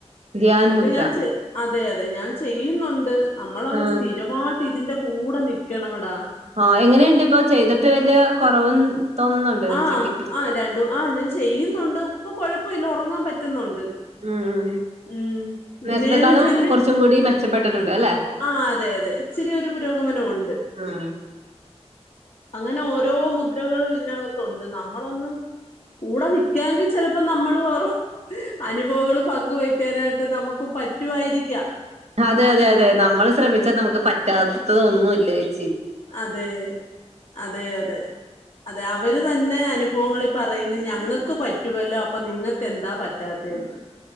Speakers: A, on the right; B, on the left.
A: ധ്യാൻ
B: എന്റെ
A: മുദ്ര
B: ഞാൻ ചെയ് അതെ അതെ ഞാൻ ചെയ്യുന്നുണ്ട് നമ്മൾ അത്
A: ഉം
B: സ്ഥിരവായിട്ട് ഇതിന്റെ കൂടെ നിക്കണോടാ.
A: ആ എങ്ങനെയുണ്ട് ഇപ്പൊ ചെയ്തിട്ട് വലിയ കുറവും തോന്നുന്നുണ്ടോ ചേച്ചിക്ക്?
B: ആ ആ രണ്ടു ആ ഞാൻ ചെയ്യുന്നുണ്ട് ഇപ്പൊ കുഴപ്പവില്ല ഉറങ്ങാൻ പറ്റുന്നുണ്ട്.
A: ഉം ഉം
B: ഉം ഇതിനേനു
A: നേരത്തെക്കാളും
B: ചെല്ലി
A: കുറച്ചും കൂടി മെച്ചപ്പെട്ടിട്ടുണ്ട് അല്ലെ
B: ആ അതെ അതെ ഇച്ചരി ഒരു പുരോഗമനം ഉണ്ട്
A: ഉം
B: അങ്ങനെ ഓ ഓരോ മുദ്രകളും ഇതിനകത്തുണ്ട് നമ്മളൊന്നും കൂടെ നിക്കാങ്കിൽ ചിലപ്പോ നമ്മള് അവർ അനുഭവങ്ങള് പങ്ക് വെക്കാനായിട്ട് നമുക്കും പറ്റുമായിരിക്കാം.
A: അതെ അതെ അതെ നമ്മൾ ശ്രമിച്ചാ നമുക്ക് പറ്റാത്തത് ഒന്നുമില്ല ചേ
B: അതെ അതെ അതെ അതെ അവര് തന്നെ അനുഭവങ്ങളിൽ പറയുന്നത് ഞങ്ങൾക്ക് പറ്റുമല്ലോ അപ്പൊ നിങ്ങൾക്ക് എന്താ പറ്റാത്തെന്ന്.